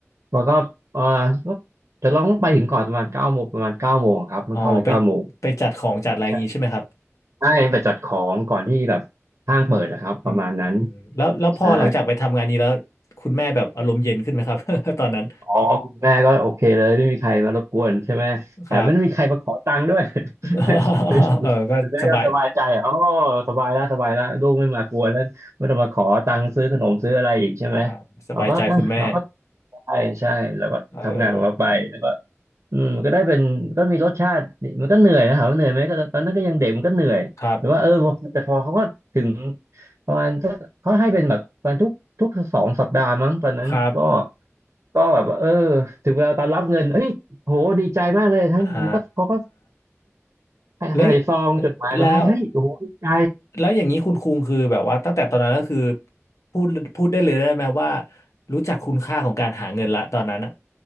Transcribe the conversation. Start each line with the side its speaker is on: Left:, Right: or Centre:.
Right: มันก็เอ่อก็แต่เราต้องไปถึงก่อนประมาณเก้าโมงประมาณเก้าโมงครับมันเข้าไปเก้าโมง
Left: อ๋อไปไปจัดของจัดอะไรอย่างงี้ใช่ไหมครับ
Right: ใช่ไปจัดของก่อนที่แบบห้างเปิดนะครับประมาณนั้น
Left: อืมแล้วแล้วพอหลังจากไปทำงานนี้แล้วคุณแม่แบบอารมณ์เย็นขึ้นไหมครับ
Right: ใช่
Left: <laughs> ตอนนั้น
Right: อ๋อคุณแม่ก็โอเคเลยไม่มีใครมารบกวนใช่ไหมแถมไม่มีใครมาขอตังค์ด้วย
Left: ครับ <laughs>
Right: <laughs>
Left: เออก็สบาย
Right: คุณแม่ก็สบายใจอ๋อสบายแล้วสบายแล้วลูกไม่มากวนแล้วไม่ต้องมาขอตังค์ซื้อขนมซื้ออะไรอีกใช่ไหม
Left: อ่าสบายใจคุณแม่
Right: เราก็อ่ะเราก็ใช่ใช่เราก็ทำงานของเราไปแล้วก็
Left: เออ
Right: อืมมันก็ได้เป็นก็มีรสชาตินี่มันก็เหนื่อยนะถามว่าเหนื่อยไหมก็ตอนนั้นก็ยังเด็กมันก็เหนื่อยแต่ว่าเออแต่พอเขาก็ถึง
Left: ครับ
Right: ประมาณสักเขาให้เป็นแบบประมาณทุกทุกสองสัปดาห์มั้งตอนนั้นก็
Left: ครับ
Right: ก็แบบว่าเออถึงเวลาตอนรับเงินเฮ้ยโหดีใจมากเลยทั้งมันก็เขาก็
Left: อ่า
Right: ใส่ซองจดหมายมาให้เฮ้ยโอ้โหดีใจ
Left: แล้วอแล้วแล้วอย่างนี้คุณคุงคือแบบว่าตั้งแต่ตอนนั้นก็คือ พูดพูดได้เลยได้ไหมว่า รู้จักคุณค่าของการหาเงินละตอนนั้นอ่ะ